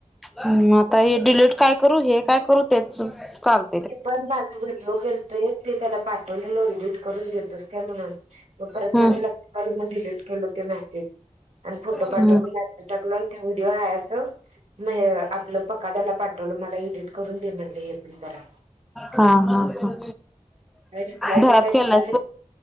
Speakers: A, in the centre; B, on the right.
A: हम् आता हे डिलीट काय करू हे काय करू तेच चाल
B: मी पण माझा व्हिडिओ गेलतोय ते त्याला पाठवलेलो एडिट करून देतो का म्हणून मग परत
A: हम्म
B: माझ्या लक्षात आलं म डिलीट केलं ते मेसेज आणि फोटो
A: हम्म
B: पाठोण टकून आणि ते व्हिडिओ हात म आपलं पका त्याला पाठवलं मला एडिट करून दे म्हणले हे प जरा.
A: हा हा हा
B: काय रिप्लाय
A: घरात
B: तर काय
A: खेळला
B: दिला